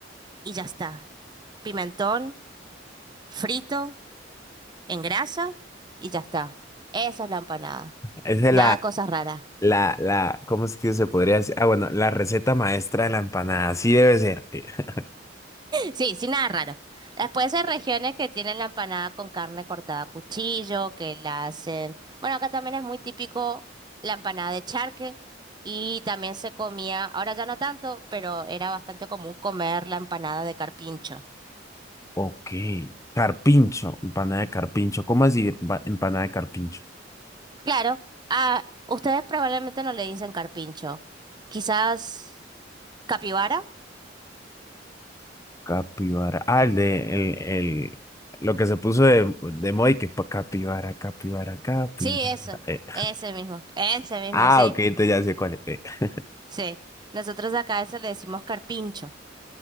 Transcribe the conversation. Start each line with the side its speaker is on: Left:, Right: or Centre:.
Right: y ya está. Pimentón, frito, en grasa y ya está. Esa es la empanada.
Left: Esa es
Right: Nada
Left: la,
Right: cosas raras.
Left: la, la, ¿cómo es que se podría decir? Ah, bueno, la receta maestra de la empanada, así debe ser. <laughs>
Right: Sí, sí, nada raro. Después hay regiones que tienen la empanada con carne cortada a cuchillo, que la hacen. Bueno, acá también es muy típico la empanada de charque y también se comía, ahora ya no tanto, pero era bastante común comer la empanada de carpincho.
Left: Ok. Carpincho, empanada de carpincho. ¿Cómo así empa- empanada de carpincho?
Right: Claro, a ustedes probablemente no le dicen carpincho. Quizás capibara.
Left: Capibara. Ah, el de, el, el, lo que se puso de, de moda y que pa- capibara, capibara, capibara.
Right: Sí, eso,
Left: Eh,
Right: ese mismo, ese mismo,
Left: Ah,
Right: sí,
Left: ok, entonces ya sé cuál es. Eh,
Right: sí. Nosotros acá a eso le decimos carpincho.